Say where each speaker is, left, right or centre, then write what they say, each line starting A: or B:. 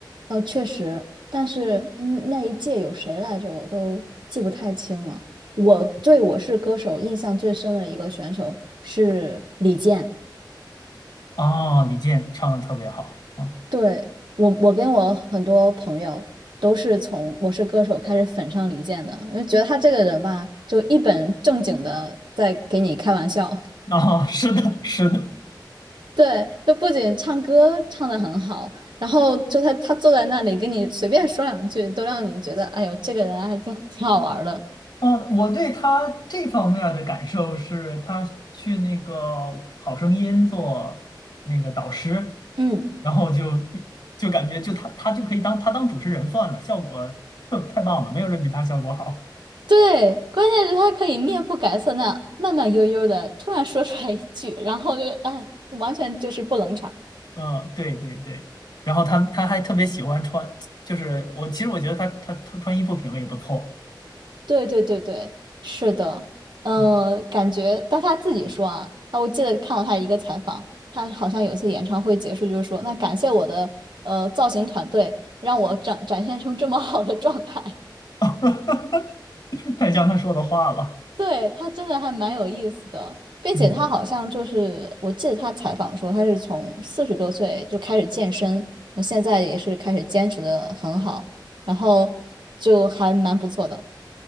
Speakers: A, on the right; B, on the left.
A: 哦，确实，但是嗯，那一届有谁来着，我都记不太清了。我对《我是歌手》印象最深的一个选手是李健，
B: 哦，李健唱的特别好啊。
A: 对，我，我跟我很多朋友都是从《我是歌手》开始粉上李健的，因为觉得他这个人吧，就一本正经的在给你开玩笑。
B: <laughs> 哦，是的，是的，
A: 对，就不仅唱歌唱的很好，然后就他他坐在那里跟你随便说两句，都让你觉得哎呦，这个人还真挺好玩儿的。
B: 嗯，我对他这方面儿的感受是，他去那个好声音做那个导师，
A: 嗯，
B: 然后就一就感觉就他他就可以当他当主持人算了，效果特太棒了，没有人比他效果好。
A: 对，关键是他可以面不改色那慢慢悠悠的突然说出来一句，然后就哎，完全就是不冷场。
B: 嗯，对对对，然后他他还特别喜欢穿，就是我其实我觉得他他他穿衣服品味也不错，
A: 对对对对，是的，呃，
B: 嗯，
A: 感觉，但他自己说啊，啊，我记得看过他一个采访，他好像有一次演唱会结束就是说，那感谢我的呃造型团队，让我展展现出这么好的状态。
B: <laughs> 太像他说的话了，
A: <laughs> 对，他真的还蛮有意思的，并且他好像就是，
B: 嗯。
A: 我记得他采访说他是从四十多岁就开始健身，那现在也是开始坚持的很好，然后就还蛮不错的。